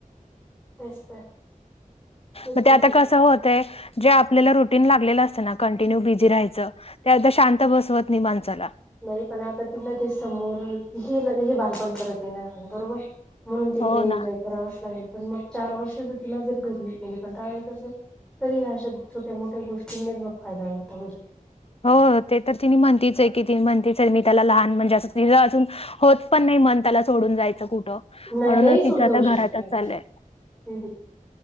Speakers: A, in the centre; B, on the left.
A: तेच तर तेच
B: म ते
A: म्हटली
B: आता कसं होतय -- जे आपल्याला रुटीन लागलेलं असतं ना कंटिन्यू बिझी राहायचं. ते आता शांत बसवत नाही माणसाला.
A: नाही. पण आता तिला ते समोर हे -हे बालपण परत येणार नाही बरोबर. म्हणून तिला
B: हो
A: तर
B: ना
A: एन्जॉय करावंच लागेल. पण मग चार वर्ष जर तिला जर घरी म्हणजे कंटाळा येत असेल -- तरी ह्या अशा छोट्या मोठ्या गोष्टींनीच मग फायदा होतो. होईल.
B: हो. ते तर तिनि म्हणतीच हाय की ति म्हणतीच हाय मी त्याला लहान म्हणजे असं तिला अजून -- होत पण नाही मन त्याला सोडून जायचं कुठं.
A: नाही.
B: म्हणूनच
A: नाही.
B: तिचं
A: सोडू
B: आता
A: जाऊ
B: घरातच
A: शकत ति आता.
B: चाललंय
A: हम्, हम्.